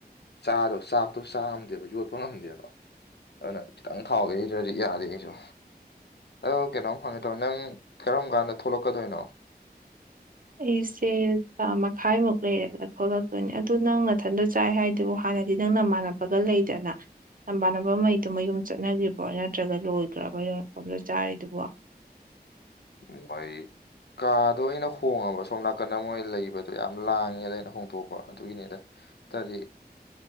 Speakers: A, on the left; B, on the right.
A: ꯆꯥꯗꯣ ꯆꯥꯛꯇꯣ ꯆꯥꯉꯝꯗꯦꯕ ꯌꯣꯠꯄ ꯉꯝꯗꯦꯕ ꯑꯗꯨꯅ ꯈꯤꯇꯪ ꯊꯥꯎꯋꯦ ꯑꯩꯗ꯭ꯔꯗꯤ ꯌꯥꯗꯦ ꯑꯩꯁꯨ ꯑꯗꯣ ꯀꯩꯅꯣꯝ ꯍꯪꯒꯦ ꯇꯧꯕꯅꯦ ꯅꯪ ꯀꯔꯝ ꯀꯥꯟꯗ ꯊꯣꯛꯂꯛꯀꯗꯣꯏꯅꯣ꯫
B: ꯑꯩꯁꯦ ꯊꯥ ꯃꯈꯥꯏꯃꯨꯛ ꯂꯩꯔꯒ ꯊꯣꯛꯂꯛꯇꯣꯏꯅꯦ ꯑꯗꯨ ꯅꯪ ꯃꯊꯟꯗ꯫ ꯆꯥꯏ ꯍꯥꯏꯗꯨꯕꯨ ꯍꯥꯟꯅꯗꯤ ꯅꯪ ꯅꯃꯥꯟꯅꯄꯒ ꯂꯩꯗꯅ ꯂꯝꯝꯕꯥꯅꯕ ꯃꯩꯗꯨ ꯃꯌꯨꯝ ꯆꯠꯅ꯭ꯔꯤꯕ꯭ꯔꯣ ꯅꯠꯇ꯭ꯔꯒ ꯂꯣꯏꯈ꯭ꯔꯕ ꯃꯐꯝꯗ ꯆꯥꯔꯤꯗꯨꯕꯣ
A: <unintelligible> ꯀꯥꯗꯣ ꯑꯩꯅ ꯍꯣꯡꯉꯕ ꯁꯣꯝ ꯅꯥꯀꯟꯗ ꯃꯣꯏ ꯂꯩꯕꯗꯣ ꯌꯥꯝ ꯂꯥꯡꯉꯦꯗ ꯑꯩꯅ ꯍꯣꯡꯗꯣꯛꯄ ꯑꯗꯨꯒꯤꯅꯤꯗ ꯇꯔꯤ